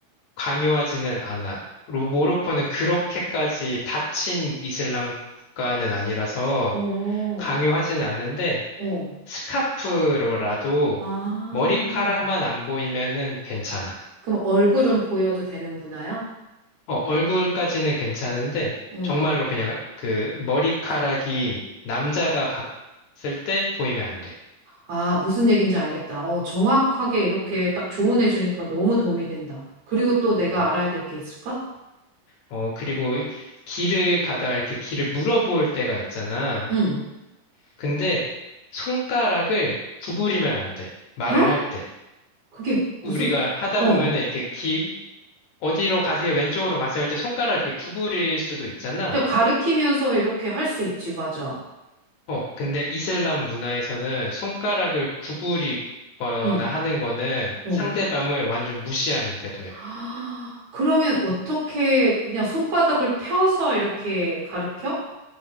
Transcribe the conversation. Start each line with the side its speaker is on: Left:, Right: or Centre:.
Left: 강요하지는 않아. 로- 모로코는 그렇게까지 닫힌 이슬람 국가는 아니라서
Right: 오,
Left: 강요하지는 않는데
Right: 오.
Left: 스카프로라도
Right: 아,
Left: 머리카락만 안 보이면은 괜찮아.
Right: 그럼 얼굴은 보여도 되는 문화야?
Left: 어, 얼굴까지는 괜찮은데
Right: 응.
Left: 정말로 그냥 그 머리카락이 남자가 봤을 때 보이면 안 돼.
Right: 아, 무슨 얘기인지 알겠다. 어, 정확하게 이렇게 딱 조언해 주니까 너무 도움이 된다. 그리고 또 내가
Left: 어.
Right: 알아야 될 게 있을까?
Left: 어, 그리고 길을 가다가 이렇게 길을 물어볼 때가 있잖아.
Right: 응.
Left: 근데 손가락을 구부리면 안 돼. 말을
Right: 어?
Left: 할 때.
Right: 그게 무슨,
Left: 우리가 하다
Right: 어.
Left: 보면은 이렇게 기, 어디로 가세요? 왼쪽으로 가세요? 할 때 손가락 이렇게 구부릴 수도 있잖아.
Right: 그냥 가르치면서 이렇게 할 수 있지, 맞아.
Left: 어, 근데 이슬람 문화에서는 손가락을 구부리거나
Right: 응,
Left: 하는 거는
Right: 응.
Left: 상대방을 완전 무시하는 태도야.
Right: 아, 그러면 어떻게 그냥 손바닥을 펴서 이렇게 가르쳐?